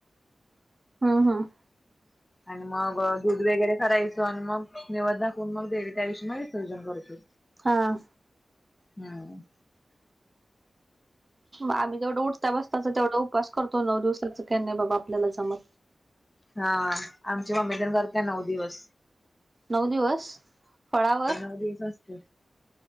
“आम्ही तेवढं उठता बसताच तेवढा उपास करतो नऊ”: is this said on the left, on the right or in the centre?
Right